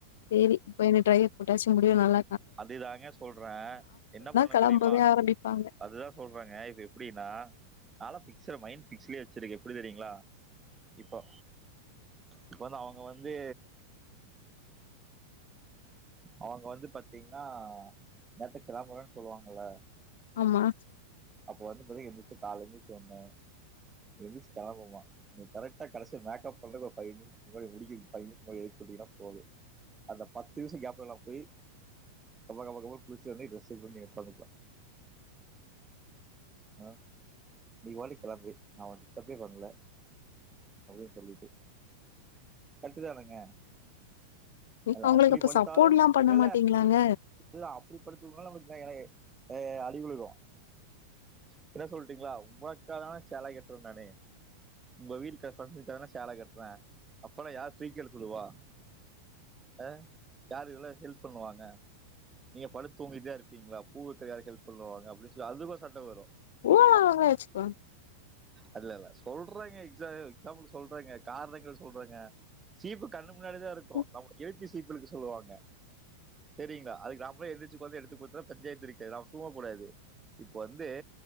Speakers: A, on the left (about 60°); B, on the right (about 15°).
A: சேரி இப்ப என்ன ட்ரை புரட்டாச்சி முடிவு நால
B: அப்டிதாங்க சொல்றே என்ன பண்ணு
A: கெளம்பவே
B: தெரியுமா
A: ஆரம்பிப்பாங்க
B: அதுதா சொல்றேங்க இப்ப எப்டினா நால பிக்ஸடு மைட் பிக்ஸ்லயே வச்சிருக்கே எப்டி தெரியுங்கலா இப்ப இப்ப வந்து அவுங்க வந்து அவுங்க வந்து பாத்து பாத்தீங்ன்னா மர்த்து கிளாபழோன்னு சொல்லுவாங்கல்ல
A: ஆமா
B: அப்ப வந்தும்போதே எந்திரிச்சி காலேலந்து சொன்ன எந்திருச்சு கெளம்புமா நீ கரெக்டா கடைசியா மேக்கப் பண்றதுக் ஒரு ஃபைவ் மினிட்ஸ் முன்னாடி முடிக்குறதுக் ஃபை மினிட்ஸ் முன்னாடி எழுப்பிட்டீனா போதோ அந்த பத்து நிமிஷோ கேப்ல நா போயி கபகபகபன்னு குளிச்சுட் வந்து ட்ரெஸ் சேஞ்ச் பண்ணி ஒக்காந்துக்லா ஆ நீ பாட்டுக்கு கெளம்பு நா உன்ன டிஸ்டர்பே பண்ல அப்டினு சொல்லிட்டு கர்ட்டுதானுங்க இல்ல
A: அவங்களுக்கு
B: அப்டி
A: அப்ப
B: படுத்தாலு
A: சப்போர்ட்லா பண்ண
B: இல்லல்ல
A: மாட்டீங்களாங்க
B: இல்ல அப்டி படுத்து தூங்னாலோ நம்ளுக்கு எனக்கே அ அடி விழுகு பின்ன சொல்ட்டீங்ளா உங்கக்கா தா சேலை கட்டு நானு உங்க வீதி கிராஸ்னாதுக்கான சேல கட்றே அப்பெல்லா யார் சீக்கெழுத்துடுவா அ யாரு இதெல்லா ஹெல்ப் பண்ணுவாங்க நீங்க படு தூங்கிட்டே இருப்பீங்ளா பூ வெக்க யாரு ஹெல்ப் பண்ணுவாங்க அப்டின் ல அதுக்கு ஒரு சண்ட வரு
A: ஓவரா
B: அ
A: அவங்களே வச்சுக்குவாங்க
B: அதுல இல்ல சொல்றாங்க எக்ஸா எக்ஸாம்புல்க்கு சொல்றாங்க காரணங்கள் சொல்றங்க சீப்பு கண்ணு முன்னாடிதா இருக்கு
A: ம்.
B: நம்ம ஏ பி சீப்புல்க்கு சொல்லுவாங்க செரிங்ளா அதுக்கு நாம போய் எந்திரச்சி கொழந்த எடுத்து குடுத்தா பஞ்சாயத்து இருக்காது நாம தூங்க கூடாது இப்போ வந்து